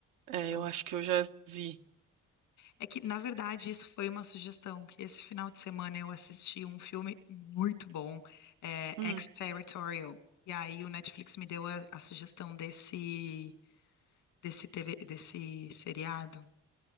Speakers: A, on the right (about 85°); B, on the left (about 80°).
A: É,
B: Então,
A: eu acho que eu já vi.
B: É que, na verdade, isso foi uma sugestão, que esse final de semana eu assisti um filme muito bom, é,
A: Hum.
B: Exterritorial. E aí o Netflix me deu a, a sugestão desse, desse TV, desse seriado.